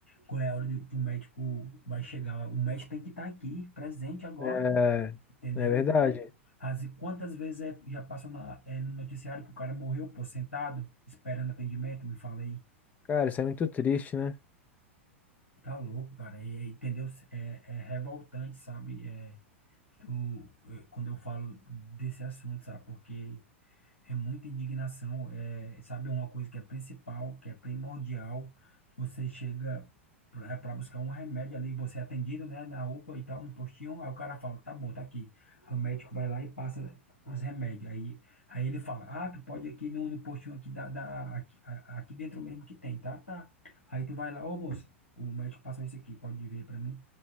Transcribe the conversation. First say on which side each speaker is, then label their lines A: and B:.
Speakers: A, on the left (about 75°); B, on the left (about 20°).
A: qual é a hora do- que o médico vai chegar. O médico tem que estar aqui, presente agora,
B: É,
A: entendeu?
B: é verdade.
A: Então, as, e quantas vezes é- já passou na, é, no noticiário que o cara morreu, pô, sentado, esperando atendimento, me falei.
B: Cara, isso é muito triste, né?
A: Tá louco, cara. E, e, entendeu? É, é revoltante, sabe? É, do, eh, quando eu falo desse assunto, sabe? Porque é muita indignação, é, sabe? É uma coisa que é principal, que é primordial. Você chega para buscar um remédio ali, você é atendido, né, na UPA e tal, no postinho. Aí o cara fala: tá bom, tá aqui. Aí O médico vai lá e passa os remédios. Aí, aí ele fala: ah, tu pode ir aqui no, no postinho aqui, da, da, aqui, a- aqui dentro mesmo que tem, tá? Tá. Aí tu vai lá: ô moço, o médico passou isso aqui, pode ver para mim.